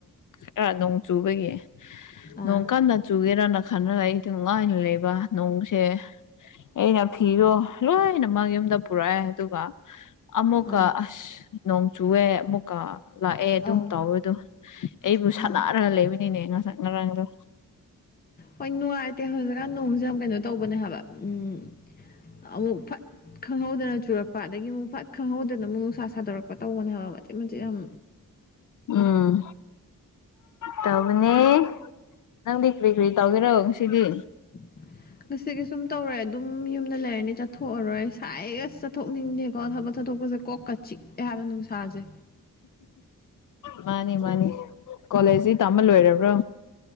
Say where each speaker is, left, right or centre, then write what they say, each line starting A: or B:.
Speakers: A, on the left; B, on the left.
A: ꯈꯔ ꯅꯣꯡ ꯆꯨꯕꯒꯤ
B: ꯑꯥ
A: ꯅꯣꯡ ꯀꯟꯅ ꯆꯨꯒꯦꯔꯅ ꯈꯜꯂꯒ ꯑꯩꯗꯤ ꯅꯨꯡꯉꯥꯏꯅ ꯂꯩꯕ ꯅꯣꯡꯁꯦ ꯑꯩꯅ ꯐꯤꯗꯣ ꯂꯣꯏꯅꯃꯛ ꯌꯨꯝꯗ ꯄꯨꯔꯛꯑꯦ ꯑꯗꯨꯒ ꯑꯃꯨꯛꯀ
B: ꯑꯥ
A: ꯑꯁ ꯅꯣꯡ ꯆꯨꯑꯦ ꯑꯃꯨꯛ ꯑ ꯂꯥꯛꯑꯦ ꯑꯗꯨꯝ
B: ꯑꯥ
A: ꯇꯧꯋꯦꯗꯣ ꯑꯩꯕꯨ
B: ꯎꯝ
A: ꯁꯥꯟꯅꯥꯔꯒ ꯂꯩꯕꯅꯤꯅꯦ ꯉꯁꯥꯏ ꯉꯔꯥꯡꯗ
B: ꯍꯣꯏ ꯅꯨꯡꯉꯥꯏꯇꯦ ꯍꯧꯖꯤꯛꯀꯥꯟ ꯅꯣꯡꯁꯦ ꯌꯥꯝ ꯀꯩꯅꯣ ꯇꯧꯕꯅꯦ ꯍꯥꯏꯕ ꯎꯝ ꯑꯃꯨꯛ ꯐꯠ ꯈꯪꯍꯧꯗꯅ ꯆꯨꯔꯛꯄ ꯑꯗꯒꯤ ꯑꯃꯨꯛ ꯐꯠ ꯈꯪꯍꯧꯗꯅ ꯑꯃꯨꯛ ꯅꯨꯡꯁꯥ ꯁꯥꯗꯣꯔꯛꯄ ꯇꯧꯕꯅꯦꯍꯕ ꯃꯆꯤꯠ ꯃꯆꯤꯠ ꯌꯥꯝ
A: ꯎꯝ ꯇꯧꯕꯅꯦ ꯅꯪꯗꯤ ꯀ꯭ꯔꯤ ꯀ꯭ꯔꯤ ꯇꯧꯒꯦꯔꯣ ꯉꯁꯤꯗꯤ
B: <inaudible> ꯉꯁꯤꯒꯤ ꯁꯨꯝ ꯇꯧꯔꯦ ꯑꯗꯨꯝ ꯌꯨꯝꯗ ꯂꯩꯔꯅꯤ ꯆꯠꯊꯣꯛꯑꯔꯣꯏ ꯁꯥꯏꯌꯦ ꯑꯁ ꯆꯠꯊꯣꯛꯅꯤꯡꯗꯦꯀꯣ ꯊꯕꯛ ꯆꯠꯊꯣꯛꯄꯁꯦ ꯀꯣꯛꯀ ꯆꯤꯛꯑꯦ ꯍꯥꯏꯕ ꯅꯨꯡꯁꯥꯖꯦ
A: ꯃꯥꯅꯤ ꯃꯥꯅꯤ ꯀꯣꯂꯦꯖꯁꯤ ꯇꯥꯃ ꯂꯣꯏꯔꯕ꯭ꯔꯣ